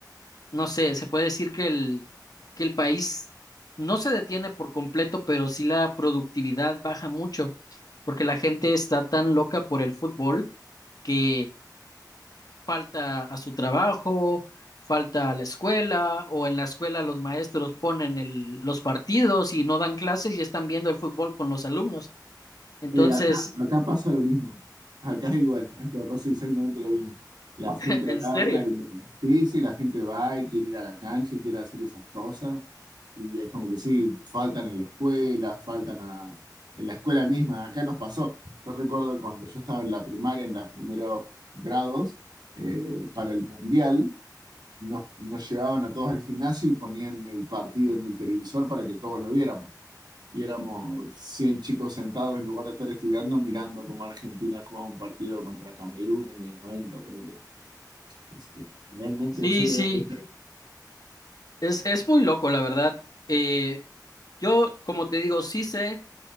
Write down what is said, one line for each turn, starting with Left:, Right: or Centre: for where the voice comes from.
Left: no sé, se puede decir que el, que el país no se detiene por completo, pero sí la productividad baja mucho porque la gente está tan loca por el fútbol que falta a su trabajo, falta a la escuela, o en la escuela los maestros ponen el- los partidos y no dan clases y están viendo el fútbol con los alumnos. Entonces,
Right: Eh, acá, acá pasa lo mismo. Acá es igual, acá pasa exactamente lo mismo. La
Left: <laughs>
Right: gente
Left: en
Right: agarra
Left: serio,
Right: y- sí, sí, la gente va y quiere ir a la cancha y quiere hacer esas cosas. Y es como que sí, faltan a la escuela, faltan a, en la escuela misma. Acá nos pasó. Yo recuerdo cuando yo estaba en la primaria, en los primeros grados, eh, para el mundial, nos, nos llevaban a todos al gimnasio y ponían el partido en el televisor para que todos lo viéramos y éramos 100 chicos sentados en lugar de estar estudiando, mirando cómo Argentina jugaba un partido contra Camerún en el 90 ponele. Es Realmente,
Left: sí,
Right: en serio.
Left: sí,
Right: es-
Left: es, es muy loco, la verdad. Eh, yo, como te digo, sí sé,